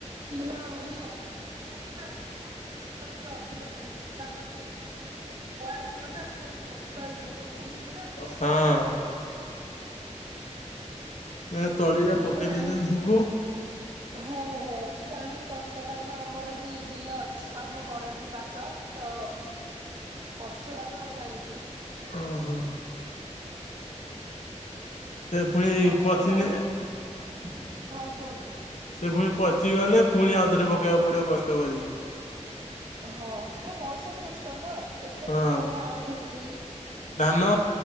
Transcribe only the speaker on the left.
ହଁ। ମାନେ ତଳିରା ପକେଇ
ଦେଇଛନ୍ତି ସବୁ।
ଓହୋ। ସେ ପୁଣି
ପଚିଲେ
ସେ ପୁଣି ପଚି ଗଲେ ପୁଣି ଆଉଥରେ ପକେଇବାକୁ ପଡିବ କଷ୍ଟ କରିକି।
ହଁ
ଧାନ